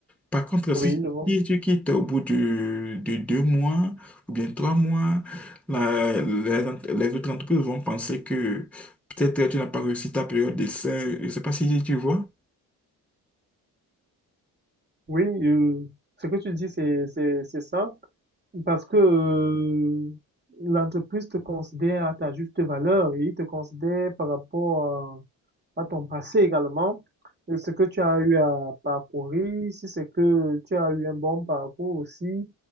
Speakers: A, in the centre; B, on the right.
A: Par contre, si,
B: Oui, je vois.
A: si tu quittes au bout du- de deux mois ou bien trois mois, la- les, ent- les autres entreprises vont penser que peut-être tu n'as pas réussi ta période d'essai. Je ne sais pas si tu vois.
B: Oui, euh, ce que tu dis, c'est, c'est, c'est ça. Parce que euh, l'entreprise te considère à ta juste valeur et il te considère par rapport à ton passé également, et ce que tu as eu à parcourir, si c'est que tu as eu un bon parcours aussi